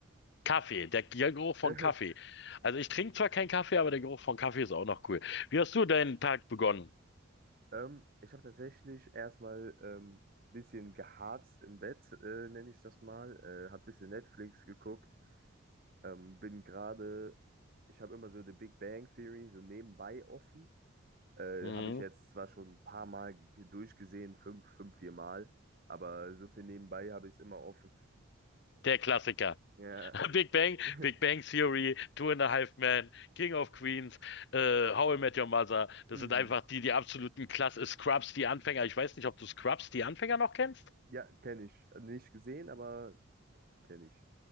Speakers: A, on the left; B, on the right.
A: Kaffee, der, der Geruch von
B: <laughs>
A: Kaffee. Also ich trinke zwar keinen Kaffee, aber der Geruch von Kaffee ist auch noch cool. Wie hast du deinen Tag begonnen?
B: Ähm, ich habe tatsächlich erstmal ein ähm, bisschen geharzt im Bett, äh, nenne ich das mal. Äh, habe ein bisschen Netflix geguckt. Ähm, bin gerade, ich habe immer so The Big Bang Theory so nebenbei offen. Äh,
A: Mhm,
B: habe ich jetzt zwar schon ein paar Mal ge- durchgesehen, fünf, fünf, vier Mal, aber so viel nebenbei habe ich es immer offen.
A: der Klassiker.
B: Ja.
A: <laughs> Big Bang,
B: <laughs>
A: Big Bang Theory, Two and a Half Men, King of Queens, äh, How I Met Your Mother. Das
B: Mhm.
A: sind einfach die, die absoluten Klasse. Scrubs, die Anfänger. Ich weiß nicht, ob du Scrubs, die Anfänger noch kennst.
B: Ja, kenne ich. Nicht gesehen, aber kenne ich.